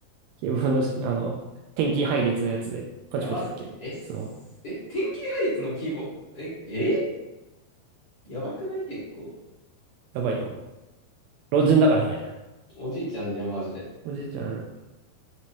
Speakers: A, on the right (about 80°); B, on the left (about 50°).
A: キーボード式、あの、点キー配列のやつで、パチパチやってる。
B: やばす、え、すえ、
A: スマホ。
B: 天気配列のキーボード、え、えやばくない結構。
A: やばいよ。老人だからね。
B: おじいちゃんじゃん、マジで。
A: おじいちゃん、